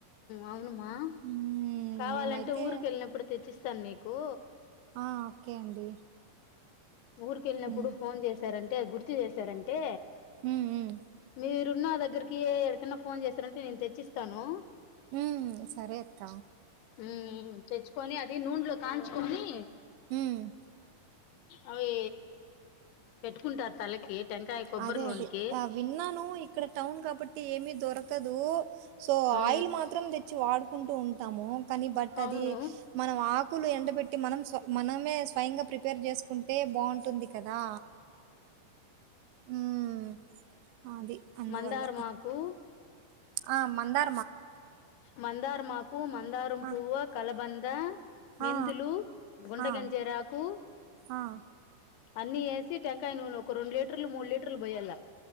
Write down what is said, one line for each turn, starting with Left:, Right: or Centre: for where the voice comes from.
Left: అవును మా
Right: ఉమ్
Left: కావాలంటే
Right: మేమైతే
Left: ఊరికి వెళ్ళినప్పుడు తెచ్చిస్తాను నీకు కూ
Right: ఆ ఓకే అండి
Left: ఊరికి వెళ్ళినప్పుడు
Right: ఉమ్
Left: ఫోన్ చేసారంటే అది గుర్తు చేశారంటే
Right: ఉమ్ ఉమ్
Left: మీరున్న దగ్గరికి ఎక్కడకన్నా ఫోన్ చేస్తారంటే నేను తెచ్చిస్తాను
Right: ఉమ్ సరే అక్క
Left: ఉమ్ తెచ్చుకొని అది నూనెలో కాంచుకొని
Right: ఉమ్
Left: అవి పెట్టుకుంటారు తలకి టెంకాయ కొబ్బరి
Right: అదే
Left: నూనెకి
Right: అదే ఆ విన్నాను ఇక్కడ టౌన్ కాబట్టి ఏమీ దొరకదు సో
Left: ఆ
Right: ఆయిల్ మాత్రం తెచ్చి వాడుకుంటూ ఉంటాము కానీ బట్ అది
Left: అవును
Right: మనం ఆకులు ఎండ బె పెట్టి మనం స మనమే స్వయంగా ప్రిపేర్ చేసుకుంటే బాగుంటుంది కదా ఉమ్ అది అందువల్ల
Left: మందారమాకు
Right: ఆ మందా
Left: మందార మాకు మందారం
Right: ఆ
Left: పూవ్వ కలబంద మెంతులు
Right: ఆ
Left: గుంట
Right: ఆ ఆ
Left: గంజేరాకు
Right: ఆ,
Left: అన్ని వేసి టెంకాయ నూనె ఒక రెండు లీటర్లు మూడు లీటర్లు పోయాల్ల